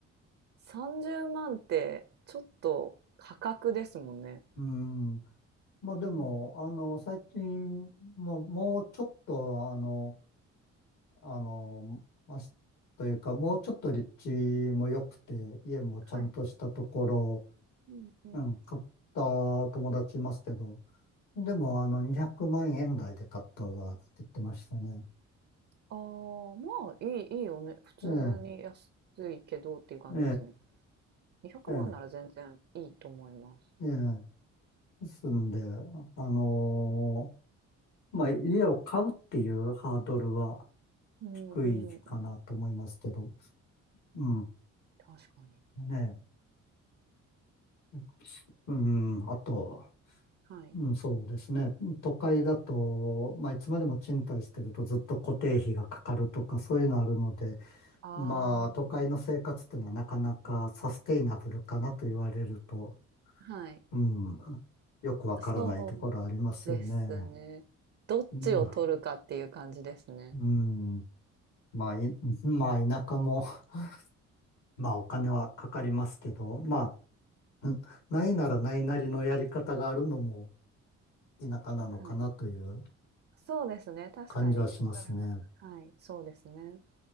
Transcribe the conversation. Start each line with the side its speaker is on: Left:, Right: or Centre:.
Right: 30万ってちょっと破格ですもんね。
Left: うん。まあでも、
Right: うん、
Left: あの、最近、もう、もうちょっと、あの、あの、まあ、しというか、もうちょっと立地も良くて、家もちゃんとしたところ、
Right: はい。うんうん。
Left: うん、買った友達いますけど、でも、あの、200万円台で買ったわって言ってましたね。
Right: ああ、まあ、いいいいよね。普通に安いけどっていう感じですね。
Left: ええ、え
Right: 200万なら全然いいと思います。
Left: え、ええ、ええ。ですんで、あのーまあ、家を買うっていうハードルは
Right: うんうんうん、
Left: 低いかなと思いますけど、うん、
Right: 確かに。
Left: ねえ、うん、あと、
Right: はい。
Left: うん、そうですね、都会だと、まあ、いつまでも賃貸してるとずっと固定費がかかるとか、そういうのあるので、
Right: あ
Left: まあ、都会の生活っていうのはなかなかサステイナブルかなと言われると、
Right: あ、はい。
Left: うん、よくわからないところありますよね。
Right: そうですね。どっちを取るかっていう感じですね。
Left: うん、うんまあ、い、<laughs> まあ、田舎も、<laughs> まあ、お金はかかりますけど、まあ、んないならないなりのやり方があるのも田舎なのかなという
Right: はい。そうですね、確かに、
Left: 感じはしますね。
Right: それは、はい、そうですね。